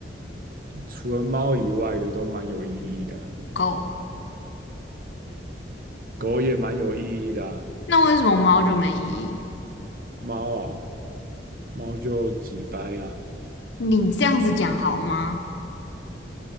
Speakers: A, on the right; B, on the left.
A: 除了猫以外的都蛮有意义的，
B: 狗，
A: 狗也蛮有意义的啊
B: 那为什么猫就没意义？
A: 猫哦，猫就几掰啊，
B: 你这样子讲好吗？